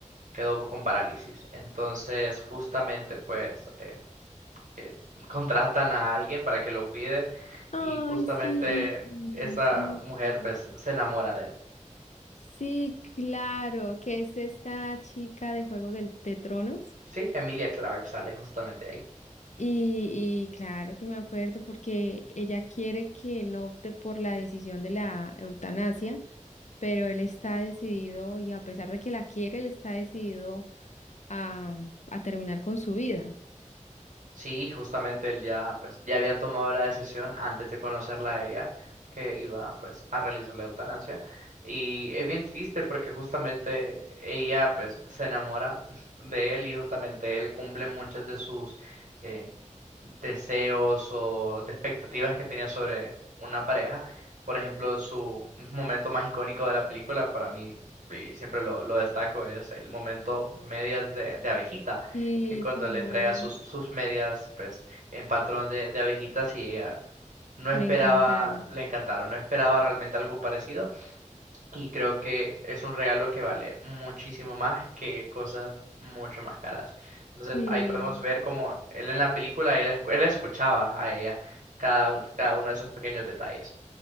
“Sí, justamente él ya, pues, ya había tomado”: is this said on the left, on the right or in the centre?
Right